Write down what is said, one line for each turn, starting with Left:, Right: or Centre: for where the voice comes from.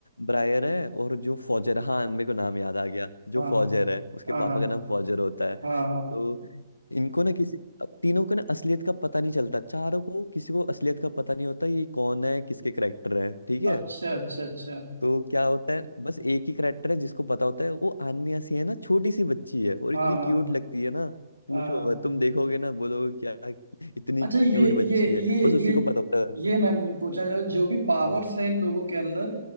Left: ब्रायर है और जो फॉजर हाँ मेरे को नाम याद आ गया जो
Right: हाँ
Left: फॉजर
Right: हाँ
Left: है उसके
Right: हाँ
Left: पापा
Right: हाँ हाँ
Left: का नाम फॉजर होता है
Right: हाँ हाँ, हाँ,
Left: तो इनको ना किसी अब तीनों को ना असलियत का पता नहीं चलता चारों को किसी को असलियत का पता नहीं होता ये कौन है किसके करेक्टर है ठीक है
Right: अच्छा अच्छा अच्छा
Left: तो क्या होता है बस एक ही करेक्टर है जिसको पता होता है वो आन्या सी है ना छोटी सी बच्ची है और
Right: हाँ
Left: इतनी
Right: हाँ
Left: क्यूट लगती है ना पूछो
Right: हाँ
Left: मत तुम देखोगे ना बोलोगे क्या इतनी
Right: अच्छा ये
Left: क्यूट बच्ची
Right: ये
Left: है
Right: ये
Left: बस उसी
Right: ये
Left: को पता होता है
Right: ये मैं पूछना चाहूँ जो भी पावर्स
Left: हम्म,
Right: है इन लोगों के अंदर